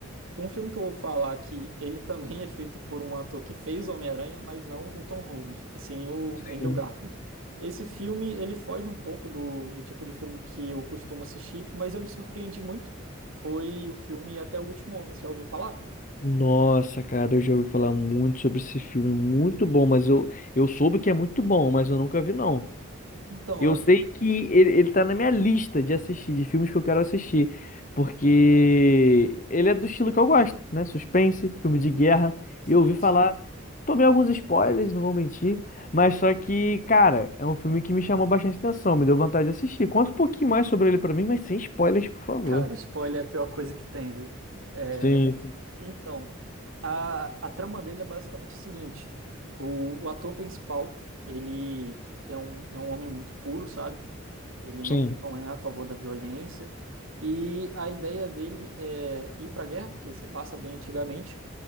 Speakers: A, on the right (about 75°); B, on the left (about 35°).
A: Um filme que eu vou falar que ele também <laughs> é feito por um ator que fez Homem-Aranha, mas não o Tom Holland, e sim o
B: Sim.
A: Andrew Garfield. Esse filme, ele foge um pouco do, do tipo de filme que eu costumo assistir, mas eu me surpreendi muito. Foi o filme Até o Último Homem, você já ouviu falar?
B: Nossa, cara, eu já ouvi falar muito sobre esse filme, muito bom, mas eu, eu soube que é muito bom, mas eu nunca vi, não.
A: Então,
B: Eu
A: eu...
B: sei que ele, ele tá na minha lista de assistir, de filmes que eu quero assistir, porque ele é do estilo que eu gosto, né? Suspense, filme de guerra.
A: sim,
B: E eu ouvi falar,
A: sim.
B: tomei alguns spoilers, não vou mentir, mas só que, cara, é um filme que me chamou bastante atenção, me deu vontade de assistir. Conta um pouquinho mais sobre ele pra mim, mas sem spoilers, por favor.
A: Cara, spoiler é a pior coisa que tem, viu? É,
B: Sim,
A: Então, a, a trama dele é basicamente o seguinte. O, o ator principal, ele é um, é um homem muito puro, sabe? Ele
B: sim,
A: não, não é a favor da violência. E a ideia dele é ir para a guerra, porque se passa bem antigamente,